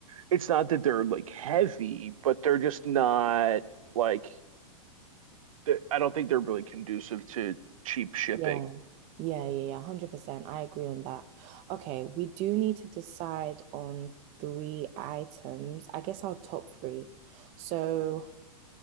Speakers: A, on the right; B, on the right.
A: it's not that they're like heavy, but they're just not like, the- I don't think they're really conducive to cheap shipping.
B: yeah, yeah, yeah, yeah. 100%. I agree on that. Okay, we do need to decide on three items. I guess our top three. So